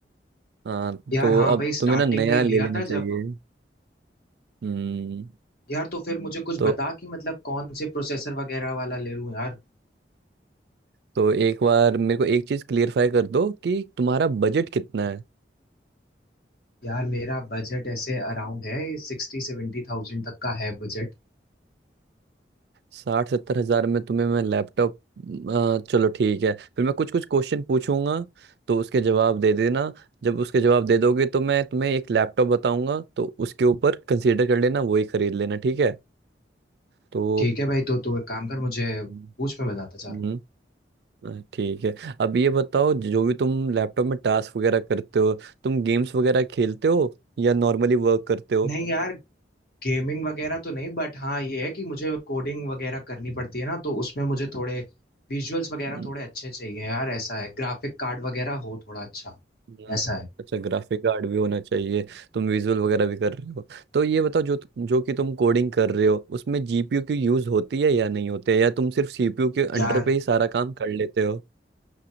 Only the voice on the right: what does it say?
हाँ
तो
अब
तुम्हें ना नया
ले
लेना
चाहिए
हम्म
तो
तो एक बार मेरे को एक चीज क्लियरफाई कर दो कि तुम्हारा बजट कितना है
साठ सत्तर हजार में तुम्हें मैं लैपटॉप अ, चलो ठीक है फिर मैं कुछ कुछ क्वेश्चन पूछूंगा तो उसके जवाब दे देना जब उसके जवाब दे दोगे तो मैं तुम्हें एक लैपटॉप बताऊंगा तो उसके ऊपर कंसीडर कर लेना वही खरीद लेना ठीक है तो
हम्म।
हम्म अ, ठीक है अब ये बताओ जो भी तुम लैपटॉप में टास्क वगैरह करते हो तुम गेम्स वगैरह खेलते हो या नॉर्मली वर्क करते हो
हम्म,
हम्म,
अच्छा ग्राफिक कार्ड भी होना चाहिए तुम विजुअल वगैरह भी कर रहे हो तो ये बताओ जो जो कि तुम कोडिंग कर रहे हो उसमें जीपीयू की यूज होती है या नहीं होती है या तुम सिर्फ सीपीयू के अंडर
पे ही सारा काम कर लेते हो